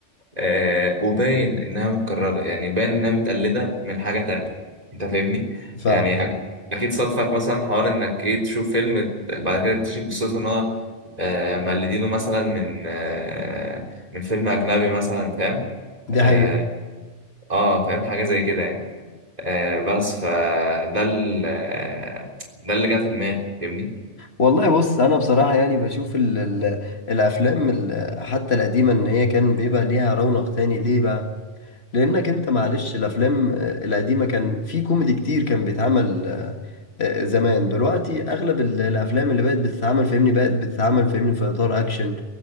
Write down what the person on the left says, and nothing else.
فاهم
دي
حقيقة
والله بص انا بصراحه يعني بشوف ال ال الافلام ال حتى القديمه ان هي كان بيبقى ليها رونق تاني ليه بقى لانك انت معلش الافلام آه، القديمه كان في كوميدي كتير كان بيتعمل آه، آه، زمان دلوقتي اغلب ال- الافلام اللي بقت بتتعمل فاهمني بقت بتتعمل فاهمني في اطار اكشن